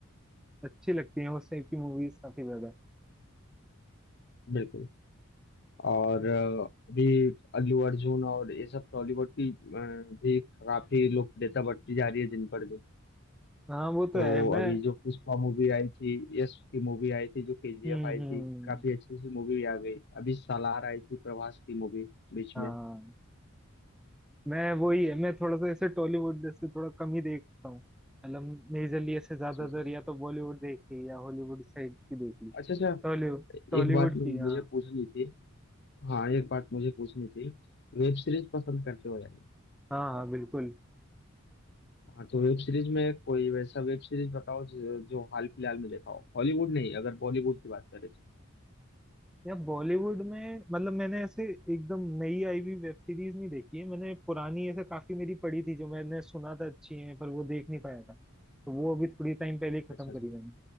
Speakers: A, in the centre; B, on the left.
A: अच्छी लगती है उस टाइप की मूवीज काफी ज्यादा
B: बिल्कुल और
A: <laughs>
B: अ, अभी अल्लू अर्जुन और ये सब टॉलीवुड की अ, भी काफी लोकप्रियता बढ़ती जा रही है दिन पर दिन
A: हाँ वो तो
B: तो
A: है मैं
B: अभी जो पुष्पा मूवी आई थी यश की मूवी आई थी जो केजीएफ
A: हम्म
B: आई
A: हम्म
B: थी काफी अच्छी सी मूवी भी आ गई अभी सालार आई थी प्रभास की मूवी बीच
A: हाँ
B: में
A: मैं वही है मैं थोड़ा सा ऐसे टॉलीवुड जैसे थोड़ा कम ही देखता हूँ मतलब मेजरली ऐसे ज्यादातर
B: अच्छे से
A: या तो बॉलीवुड देख ली या हॉलीवुड साइड की देख ली
B: अच्छा अच्छा
A: टॉलीवुड टॉलीवुड
B: एक बात
A: की
B: मुझे
A: हाँ
B: पूछनी थी हाँ एक बात मुझे पूछनी थी वेब सीरीज पसंद करते हो या नहीं
A: हाँ हाँ बिल्कुल
B: हाँ तो वेब सीरीज में कोई वैसा वेब सीरीज बताओ जो, जो हाल फिलहाल में देखा हो हॉलीवुड नहीं अगर बॉलीवुड की बात करें तो
A: या बॉलीवुड में मतलब मैंने ऐसे एकदम नई आई हुई वेब सीरीज नहीं देखी है मैंने पुरानी ऐसे काफी मेरी पड़ी थी जो मैंने सुना था अच्छी है पर वो देख नहीं पाया था तो वो अभी थोड़ी टाइम पहले ही
B: अच्छा
A: खत्म करी
B: अच्छा
A: मैंने